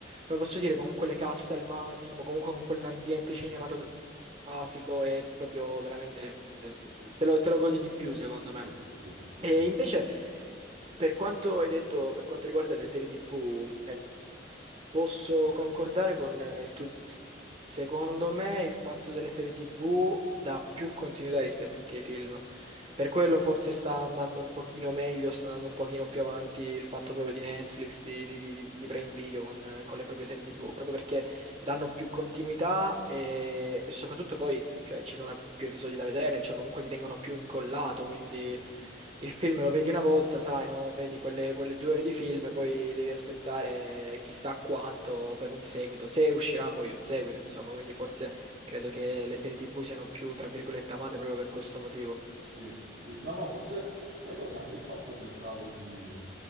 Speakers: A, on the right; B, on the right.
A: come posso dire, con quelle casse al massimo, comunque con quell'ambiente cinematografico è proprio veramente, mm, te lo, te lo godi di più secondo
B: sì,
A: me.
B: sì, assolutamente.
A: E invece, per quanto hai detto, per quanto riguarda le serie TV, Posso concordare con eh, il tuo... Secondo me il fatto delle serie TV dà più continuità rispetto che ai film. Per quello forse sta andando un pochino meglio, sta andando un pochino più avanti il fatto proprio di Netflix, di, di, di- di Prime Video con, eh, con le proprie serie TV, proprio perché danno più continuità e, e soprattutto poi cioè, ci sono più episodi da vedere, cioè comunque ti tengono più incollato, quindi...
B: Sì,
A: Il film lo vedi una volta, sai, no? Vedi quelle, quelle due ore di film, poi devi aspettare chissà quanto per un seguito, se uscirà poi un seguito, insomma, quindi forse credo che le serie TV siano più, tra virgolette, amate proprio per questo motivo.
B: sì, sì. No, ma forse, sai cosa? Anche il fatto, pensavo, di,